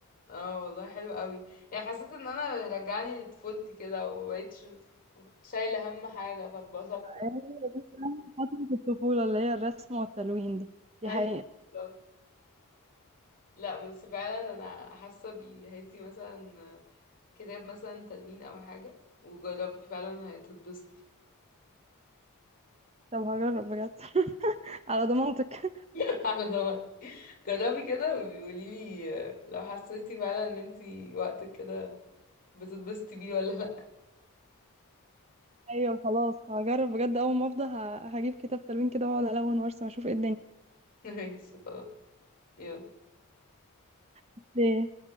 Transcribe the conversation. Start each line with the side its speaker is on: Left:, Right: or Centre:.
Left: اه والله حلو قوي يعني حسيت ان انا رجعني لطفولتي كده ومبقتش شايله هم حاجه فاتبسطت <laughs>
Right: هي دي فعلاً فتره الطفوله اللي هي الرسم والتلوين دي دي
Left: ايوه
Right: حقيقه
Left: بالظبط. لا بس فعلا انا حاسه بيه هاتي مثلا كتاب مثلا تلوين او حاجه وجربي فعلا هتتبسطي
Right: طب هجرب بجد <laughs> على ضمانتك
Left: <laughs> على ضمانتي جربي كده وبيقولي لي آه، لو حسيتي فعلا ان انتي وقتك كده بتتبسطي بيه ولا لا
Right: <laughs> ايوه خلاص هجرب بجد اول ما افضى ه- هجيب كتاب تلوين كده واقعد الون وارسم اشوف ايه
Left: <laughs> ماشي خلاص يلا
Right: الدنيا